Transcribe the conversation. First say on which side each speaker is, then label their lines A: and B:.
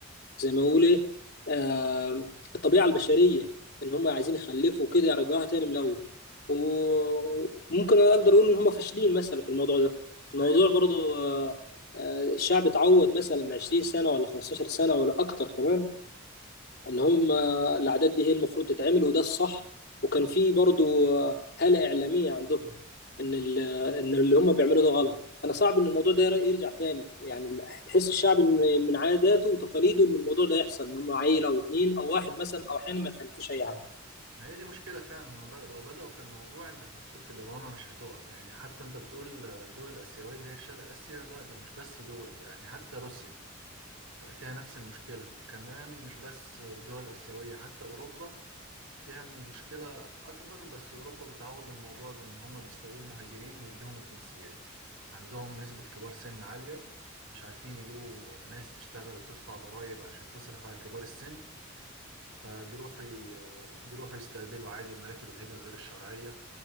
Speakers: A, on the left (about 60°); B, on the right (about 75°).
A: زي ما نقول ايه آه، الطبيعه البشريه ان هم عايزين يخلفوا كده يرجعوها تاني من الاول وممكن أنا اقدر اقول ان هم فاشلين مثلا في الموضوع ده الموضوع
B: ايوه
A: برضو آه، آه، الشعب اتعود مثلا 20 سنه ولا 15 سنه ولا اكتر كمان ان هم الاعداد دي هي المفروض تتعمل وده الصح وكان في برضو هاله اعلاميه عندهم ان ال- ان اللي هم بيعملوا ده غلط فانا صعب ان الموضوع ده ير- يرجع تاني يعني حس الشعب ان من عاداته وتقاليده ان الموضوع ده يحصل ان هم عيله او اتنين او واحد مثلا او احيانا ما يخلفوش اي حاجه
B: ما هي دي مشكله فعلا هما بد... لو بداوا في الموضوع انت هتدخل في دوامه مش هتقف يعني حتى انت بتقول الدول الاسيويه اللي هي في شرق اسيا لا ده مش بس دول ده يعني حتى روسيا فيها نفس المشكله وكمان مش بس الدول الاسيويه حتى اوروبا فيها المشكلة أكبر بس أوروبا بتعوض الموضوع بإن هما بيستقبلوا مهاجرين ويديهم الجنسيات عندهم نسبة كبار سن عالية مش عارفين يجيبوا ناس تشتغل وتدفع ضرائب عشان تصرف على كبار السن فبيروحوا ي... بيروحوا يستقبلوا عادي المراكب الهجرة غير الشرعية